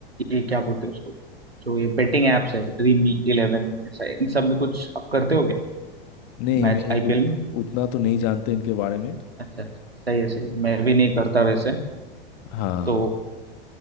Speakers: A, on the right; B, on the left.
A: ये क्या बोलते हैं उसको जो ये बेटिंग एप्स है ड्रीम इलेवन ऐसा इन सब में कुछ आप करते हो क्या
B: नहीं
A: मैच
B: मैं
A: आईपीएल
B: उत,
A: में
B: उतना तो नहीं जानते इनके बारे में
A: अच्छा अच्छा सही है सही है। मैं भी नहीं करता वैसे
B: हाँ
A: तो